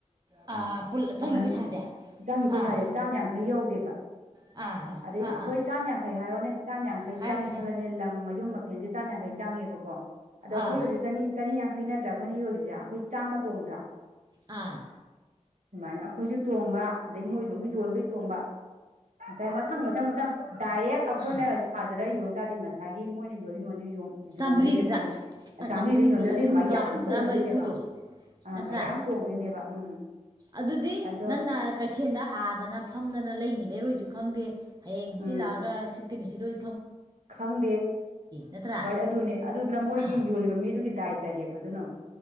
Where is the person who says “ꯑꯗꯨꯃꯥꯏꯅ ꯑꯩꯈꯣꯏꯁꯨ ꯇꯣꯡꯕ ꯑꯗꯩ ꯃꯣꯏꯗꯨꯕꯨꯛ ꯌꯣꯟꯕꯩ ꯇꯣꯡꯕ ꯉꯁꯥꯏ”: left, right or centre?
Right